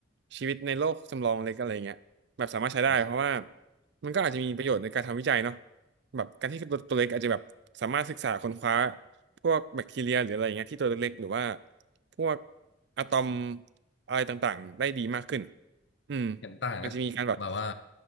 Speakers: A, on the right; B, on the left.
A: ชีวิตในโลกจำลองเล็กอะไรเงี้ยแบบสามารถใช้ได้เพราะว่า
B: อืม
A: มันก็อาจจะมีประโยชน์ในการทำวิจัยเนาะแบบการที่ตัวตัวเล็กอาจจะแบบสามารถศึกษาค้นคว้าพวกแบคทีเรียหรืออะไรเงี้ยที่ตัวเล็กๆหรือว่าพวกอะตอมอะไรต่างๆได้ดีมากขึ้นอืม
B: เห็นต่างนะแบบว่า
A: อาจจะมีการแบบ